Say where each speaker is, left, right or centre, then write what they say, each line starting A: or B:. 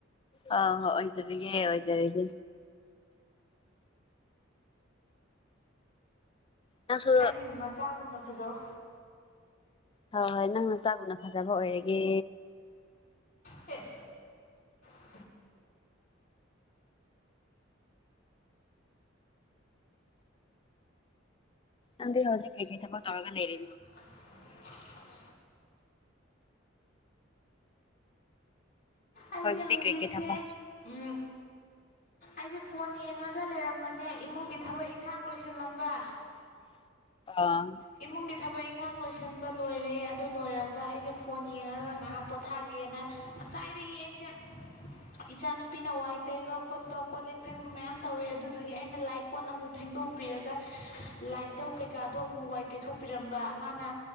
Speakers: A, on the left; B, on the left.
A: ꯑ ꯍꯣꯏ ꯑꯣꯏꯖꯔꯤꯒꯦ ꯑꯣꯏꯖꯔꯒꯦ ꯅꯪꯁꯨ
B: ꯑꯩꯒꯤ ꯃꯆꯥꯒꯨꯝꯅ ꯐꯖꯧ
A: ꯍꯣꯏ ꯍꯣꯏ ꯅꯪ ꯅꯆꯥꯒꯨꯝꯅ ꯐꯖꯕ ꯑꯣꯏꯔꯒꯦ
B: ꯍꯦ <unintelligible>
A: ꯅꯪꯗꯤ ꯍꯧꯖꯤꯛ ꯀꯩꯀꯩ ꯊꯕꯛ ꯇꯧꯔꯒ ꯂꯩꯔꯤ
B: <unintelligible> ꯑꯩꯖꯦ
A: ꯍꯧꯖꯤꯛꯇꯤ
B: ꯍꯧꯖꯤꯛꯁꯦ
A: ꯀꯔꯤ ꯀꯔꯤ ꯊꯕꯛ
B: ꯎꯝ ꯑꯩꯁꯦ ꯐꯣꯟ ꯌꯦꯡꯉꯒ ꯂꯩꯔꯝꯕꯅꯦ ꯏꯃꯨꯡꯒꯤ ꯊꯕꯛ ꯏꯪꯈꯥꯡ ꯂꯣꯏꯁꯤꯜꯂꯝꯕ
A: ꯑꯥ
B: ꯏꯃꯨꯡꯒꯤ ꯊꯕꯛ ꯏꯟꯈꯥꯡ ꯂꯣꯏꯁꯟꯕ ꯂꯣꯏꯔꯦ ꯑꯗꯨ ꯂꯣꯏꯔꯒ ꯑꯩꯁꯦ ꯐꯣꯟ ꯌꯦꯡꯉꯒ ꯉꯥꯏꯍꯥꯛ ꯄꯣꯊꯥꯒꯦꯅ ꯉꯁꯥꯏ ꯗꯒꯤ ꯑꯩꯁꯦ ꯏꯆꯥꯅꯨꯄꯤꯅ ꯋꯥꯏ ꯇꯩꯕ ꯈꯣꯠꯄ ꯀꯣꯜ ꯂꯤꯛ ꯐꯦꯡꯕ ꯃꯌꯥꯝ ꯇꯧꯋꯦ ꯑꯗꯨꯗꯨꯒꯤ ꯑꯩꯅ ꯂꯥꯏ ꯀꯣꯟ ꯑꯃꯨꯛ ꯐꯦꯡ ꯗꯣꯛꯄꯤꯔꯒ ꯂꯥꯏꯟꯗꯧ ꯀꯩꯀꯥꯗꯣ ꯑꯃꯨꯛ ꯋꯥꯏ ꯇꯩꯊꯣꯛꯄꯤꯔꯝꯕ ꯃꯥꯅ